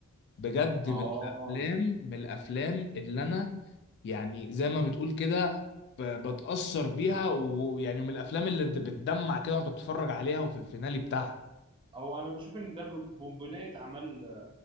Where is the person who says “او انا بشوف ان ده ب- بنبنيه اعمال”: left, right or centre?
Right